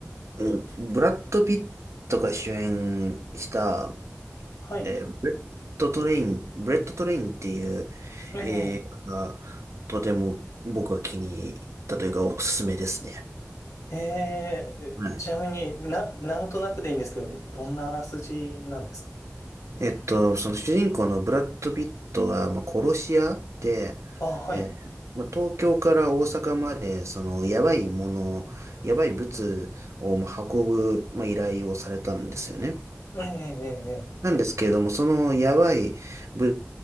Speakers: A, on the right; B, on the left.
A: うんブラッド・ピットが主演した、
B: はい。
A: えーブレッド・トレイン、ブレッド・トレインっていう
B: ええ。
A: 映画がとても僕は気に入ったというかおすすめですね。
B: ええ、
A: はい
B: ちなみにな、なんとなくでいいんですけど、どんなあらすじなんです
A: えっと、その主人公のブラッド・ピットが、まあ、殺し屋で、
B: かああ、はい。
A: えーまあ、東京から大阪まで、その、やばいもの、やばい物を、まあ、運ぶ、まあ、依頼をされたんですよね。
B: ええ、ええ、え
A: なんですけれども、そのやばい物